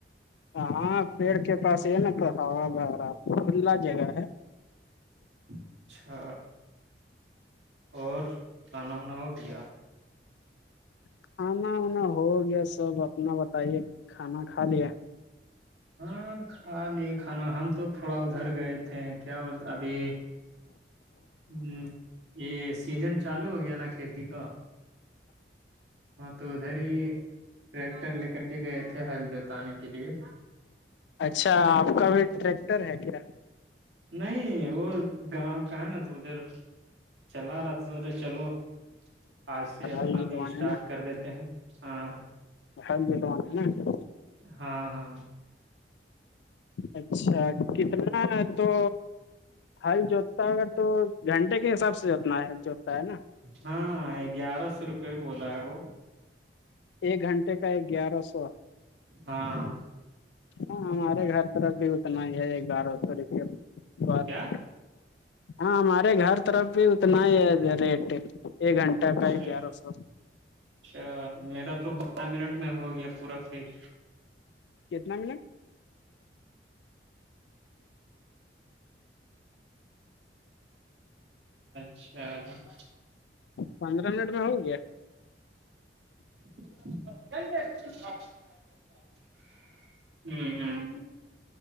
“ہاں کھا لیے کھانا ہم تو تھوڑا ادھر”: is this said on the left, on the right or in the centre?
Right